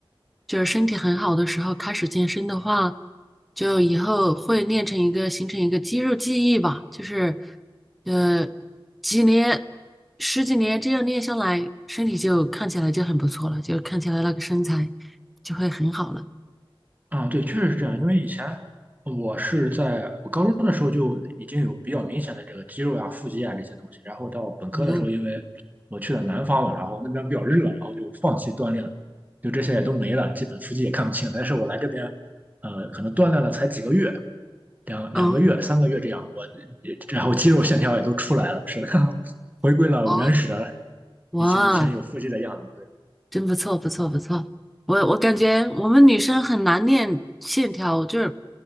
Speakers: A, in the centre; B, on the right.
A: 就是身体很好的时候开始健身的话，就以后会练成一个形成一个肌肉记忆吧，就是呃几年十几年这样练下来，身体就看起来就很不错了，就看起来那个身材就会很好了。
B: 啊，对，确实是这样。因为以前我是在我高中的时候就已经有比较明显的这个肌肉呀、腹肌啊这些东西，然后到本科的时候，
A: 嗯，
B: 因为我去了南方嘛，然后那边比较热，然后就放弃锻炼了，就这些也都没了，基本腹肌也看不清。但是我来这边，呃，可能锻炼了才几个月，两两个月、
A: 哦，
B: 三个月这样，我然后肌肉线条也都出来了，是的，<laughs> 回归了原始的
A: 哦，哇，
B: 以前以前有腹肌的样子。对
A: 真不错，不错，不错。我我感觉我们女生很难练线条，就是